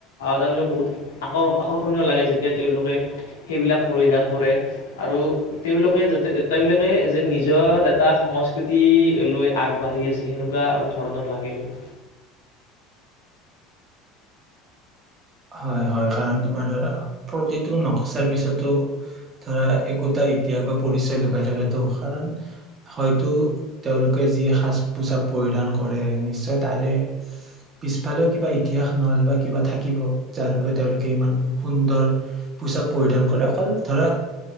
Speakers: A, on the left; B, on the right.
A: তেওঁলোক বহুত আকৰ্শন, ধুনীয়া লাগে যেতিয়া তেওঁলোকে সেইবিলাক পৰিধান কৰে আৰু তেওঁলোকে যাতে তেওঁলোকে যে নিজৰ এটা সংস্কৃতি লৈ আগবাঢ়ি আছে, সেনেকুৱা আৰু ধৰণৰ লাগে আৰু।
B: হয় -হয় কাৰণ তোমাৰ ধৰা প্ৰতিটো নক্চাৰ পিছতো ধৰা একোটা ইতিহাস বা পৰিচয় লুকাই থাকেতো কাৰণ হয়তো তেওঁলোকে যি সাজ -পোছাক পৰিধান কৰে নিশ্চয় তাৰে পিছফালেও কিবা ইতিহাস নহলে বা কিবা থাকিব। যাৰ বাবে তেওঁলোকে ইমান সুন্দৰ পোচাক পৰিধান কৰে অকল ধৰা